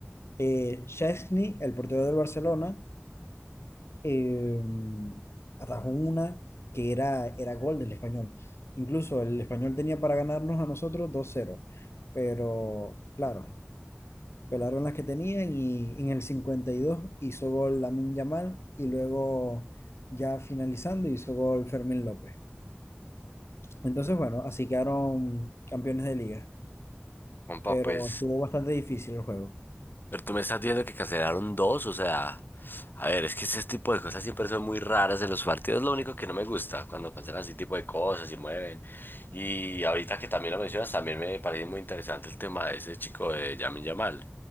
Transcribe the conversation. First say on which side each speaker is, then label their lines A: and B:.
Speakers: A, on the left (about 75°); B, on the left (about 50°).
A: eh, Szczęsny, el portero del Barcelona, eh, atajó una que era, era gol del Español. Incluso el Español tenía para ganarnos a nosotros dos cero, pero claro, pelaron las que tenían y en el 52 hizo gol Lamin Yamal y luego ya finalizando hizo gol Fermín López. Entonces, bueno, así quedaron campeones de liga,
B: compa,
A: pero
B: pues.
A: estuvo bastante difícil el juego.
B: Pero tú me estás diciendo que cancelaron dos, o sea, a ver, es que ese tipo de cosas siempre son muy raras en los partidos, lo único que no me gusta cuando cancelan ese tipo de cosas y mueven. Y ahorita que también lo mencionas, también me parece muy interesante el tema de ese chico de Yamin Yamal,